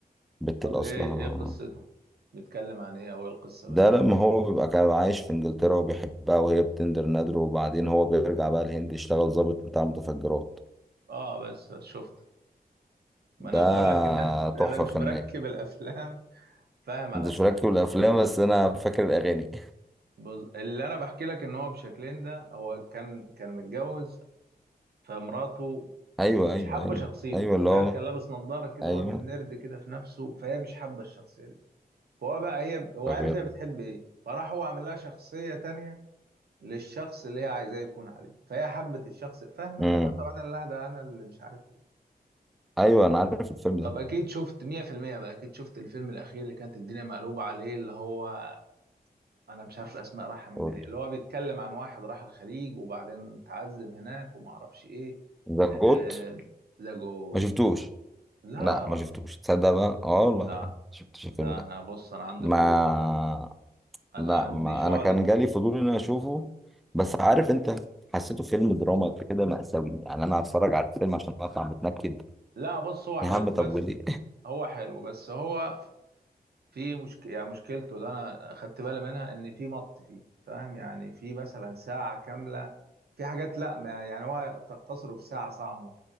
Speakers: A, in the centre; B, on the right (about 80°).
A: البت
B: طب
A: اللي
B: ايه
A: اصلها
B: ايه قصته بيتكلم عن ايه او ايه القصه بينهم
A: ده لما هو بيبقى كان عايش في انجلترا وبيحبها وهي بتندر نادره وبعدين هو بيرجع بقى الهند يشتغل ضابط بتاع متفجرات
B: اه بس بس شفته ما
A: ده
B: انا بقول لك ان انا <laughs>
A: تحفة
B: أنا مش
A: فنية
B: مركب الافلام فاهم على
A: انت
B: اسماء
A: شاركت بالافلام بس انا فاكر الاغاني
B: بز... اللي انا بحكي لك ان هو بشكلين ده هو كان كان متجوز فمراته
A: <laughs> ايوه
B: مش
A: ايوه
B: حابه
A: ايوه
B: شخصيته
A: ايوه اللي
B: فاهم
A: هو
B: كان لابس نظاره كده
A: ايوه
B: وراجل نرد كده في نفسه فهي مش حابه الشخصيه دي فهو بقى هي هو
A: طب
B: عارف
A: يلا
B: هي بتحب ايه فراح هو عامل لها شخصيه تانية للشخص اللي هي عايزاه يكون عليه فهي حبت الشخص فاهم انت
A: امم
B: بقى طبعا انا اللي اهدى، انا اللي مش عارف ايه
A: ايوه انا عارف الفيلم
B: طب
A: ده
B: اكيد شفت 100% بقى اكيد شفت الفيلم الاخير اللي كانت الدنيا مقلوبه عليه اللي هو انا مش عارف الاسماء رايحه مني
A: قول
B: ليه اللي هو بيتكلم عن واحد راح الخليج وبعدين اتعذب هناك وما اعرفش ايه
A: ذا جوت
B: آه، ذا جود
A: ما شفتوش
B: لا
A: لا
B: يا راجل
A: ما شفتوش تصدق بقى اه والله
B: لا
A: ما شفتش
B: ده
A: الفيلم ده
B: انا بص انا عندي
A: ما
B: فضول اصلا انا
A: لا
B: عندي
A: ما
B: شعلة
A: انا كان
B: فضول
A: جالي فضول ان انا اشوفه بس عارف انت حسيته فيلم دراما كده مأساوي يعني انا هتفرج على الفيلم عشان اطلع متنكد
B: لا بص هو حلو
A: يا عم طب
B: بس
A: وليه
B: هو حلو بس هو في مشكلة يعني مشكلته اللي انا خدت بالي منها ان في مط فيه فاهم يعني في مثلا ساعة كاملة في حاجات لا ما يعني هو تختصره في ساعة ساعة ونص